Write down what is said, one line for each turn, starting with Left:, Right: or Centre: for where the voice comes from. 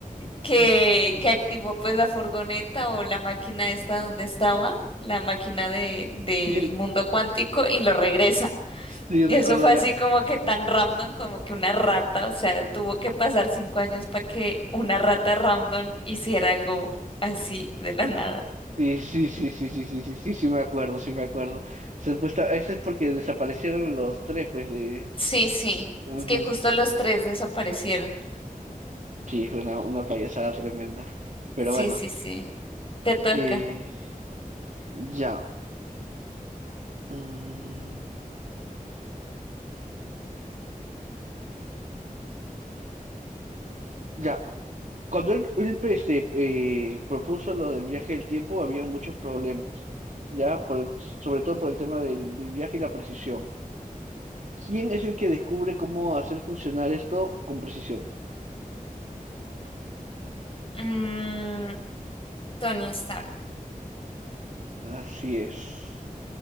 Left: que,
Right: y- y-
Left: que activó pues la furgoneta o la máquina esta donde estaba, la máquina de, del
Right: sí,
Left: mundo cuántico y lo regresa.
Right: sí,
Left: Y
Right: recuerdo
Left: eso fue
Right: la...
Left: así como que tan random como que una rata, o sea, tuvo que pasar cinco años para que una rata random hiciera algo así de la nada.
Right: y sí, sí, sí, sí, sí, sí, sí, sí, me acuerdo, sí me acuerdo. Supuesta, eso es porque desaparecieron los tres, pues, de...
Left: Sí, sí,
Right: Ujú.
Left: es que justo los tres desaparecieron.
Right: Sí, fue una, una payasada tremenda. Pero
Left: Sí,
Right: bueno,
Left: sí, sí. Te toca.
Right: eh, ya. mm, ya, Cuando él, él, pues, se, eh, propuso lo del viaje del tiempo, había muchos problemas, ya, por el- sobre todo por el tema del, del viaje y la precisión. ¿Quién es el que descubre cómo hacer funcionar esto con precisión?
Left: Mm, Tony Stark.
Right: Así es.